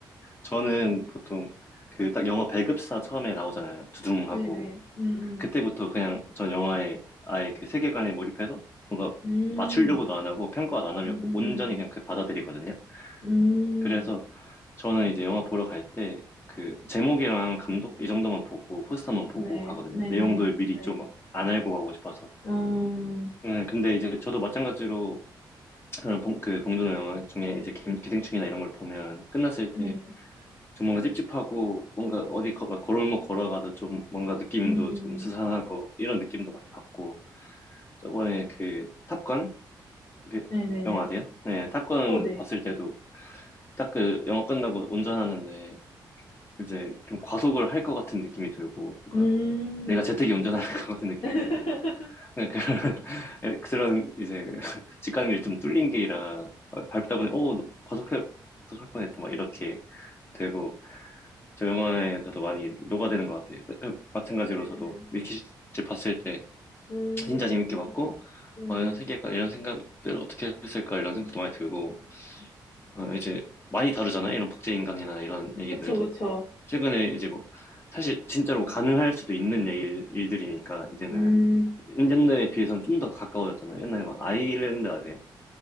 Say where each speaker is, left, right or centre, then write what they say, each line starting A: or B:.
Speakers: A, on the left (about 30°); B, on the left (about 80°).
A: 저는 보통 그 딱 영화 배급사 처음에 나오잖아요. 두둥하고.
B: 네네 음, 음.
A: 그때부터 그냥 전 영화에 아예 그 세계관에 몰입해서 뭔가
B: 음,
A: 맞추려고도 안 하고 평가도 안 하려고
B: 음,
A: 온전히
B: 음,
A: 그냥 그 받아들이거든요.
B: 음.
A: 그래서
B: 음.
A: 저는 이제 영화 보러 갈 때 그 제목이랑 감독 이 정도만 보고 포스터만 보고
B: 네,
A: 가거든요.
B: 네네
A: 내용도 미리
B: 네.
A: 좀 안 알고 가고 싶어서.
B: 음,
A: 네, 근데 이제 저도 마찬가지로 저는 봉, 그 봉준호 영화 중에 이제 기, 기생충이나 이런 걸 보면 끝났을
B: 네.
A: 때 좀 뭔가 찝찝하고 뭔가 어디 거, 막 걸어올목 걸어가도 좀 뭔가 느낌도
B: 음.
A: 좀 스산하고 이런 느낌도 많이 받고 저번에 그 탑건 그
B: 네네네
A: 영화 아세요? 네, 탑건
B: 어, 네.
A: 봤을 때도 딱 그 영화 끝나고 운전하는데 이제 좀 과속을 할 것 같은 느낌이 들고, 뭔가
B: 음.
A: 내가 제트기 운전할 <laughs> 것 같은 느낌이
B: <laughs>
A: 들고, 그런, <laughs> 그런 이제 <laughs> 집 가는 길이 좀 뚫린
B: 아,
A: 길이라 어, 밟다
B: 네.
A: 보니, 어, 너 과속해, 과속할 뻔했다, 막 이렇게 되고, 저 영화에 저도 많이 녹아드는 것 같아요. 그- 음, 마찬가지로
B: 네,
A: 저도
B: 네.
A: 밀키트 봤을 때
B: 음,
A: 진짜 재밌게 봤고,
B: 음,
A: 어, 이런
B: 음.
A: 세계가, 이런 생각들 어떻게 했을까, 이런 생각도
B: 음.
A: 많이 들고, 어, 이제 많이 다루잖아요. 이런 복제인간이나 이런 얘기들도.
B: 그쵸, 그쵸.
A: 최근에 이제 뭐, 사실 진짜로 가능할 수도 있는 일, 일들이니까, 이제는.
B: 음,
A: 옛날에 비해서는 좀 더 가까워졌잖아요. 옛날에 막 아일랜드 아세요?